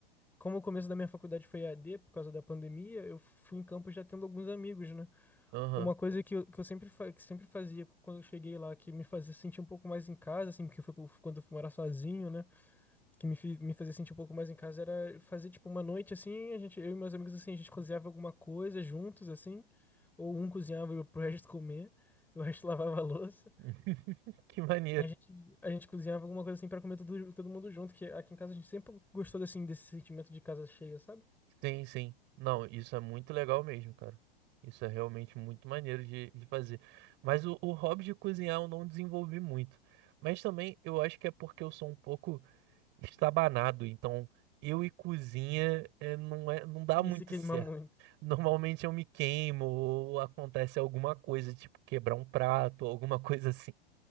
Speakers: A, in the centre; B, on the right.
A: como o começo da minha faculdade foi EAD por causa da pandemia, eu fui em campus já tendo alguns amigos, né?
B: Aham.
A: Uma coisa que eu, que eu sempre, fa- que sempre fazia quando eu cheguei lá, que me fazia sentir um pouco mais em casa, assim, porque foi quando eu fui morar sozinho, né? Que me, fi- me fazia sentir um pouco mais em casa era fazer, tipo, uma noite, assim, a gente, eu e meus amigos, assim, a gente cozinhava alguma coisa juntos, assim, ou um cozinhava e o- pro resto comer, <laughs> e o resto <laughs> lavava a louça.
B: <laughs> Que maneiro.
A: A gente, a gente cozinhava alguma coisa, assim, pra comer todo, todo mundo junto, que aqui em casa a gente sempre gostou, assim, desse sentimento de casa cheia, sabe?
B: Sim, sim. Não, isso é muito legal mesmo, cara. Isso é realmente muito maneiro de, de fazer. Mas o, o hobby de cozinhar eu não desenvolvi muito. Mas também eu acho que é porque eu sou um pouco estabanado. Então, eu e cozinha é, não é, não dá
A: Ia
B: muito
A: se queimar
B: certo.
A: muito.
B: Normalmente eu me queimo ou acontece alguma coisa, tipo quebrar um prato ou alguma <laughs> coisa assim.